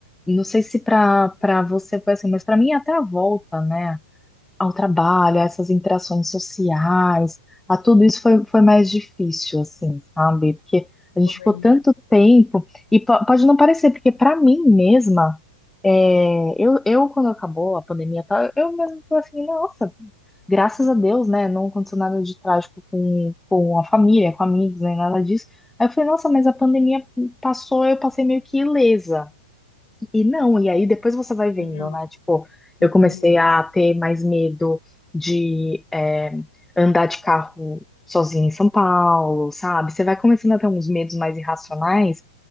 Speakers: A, in the centre; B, on the left (about 60°).
A: não sei se pra para você foi assim, mas pra mim até a volta, né? ao trabalho, a essas interações sociais, a tudo isso foi, foi mais difícil, assim, sabe? Porque a gente
B: fogo
A: ficou
B: aí.
A: tanto tempo, e po- pode não parecer, porque para mim mesma, é, eu, eu, quando acabou a pandemia e tal, eu mesma falei assim, nossa, graças a Deus, né? Não aconteceu nada de trágico com, com a família, com amigos, nem nada disso. Aí eu falei, nossa, mas a pandemia passou, eu passei meio que ilesa. E não, e aí depois você vai vendo,
B: Não.
A: né? Tipo, eu
B: Uhum.
A: comecei a ter mais medo de é, andar de carro sozinha em São Paulo, sabe? Você vai começando a ter uns medos mais irracionais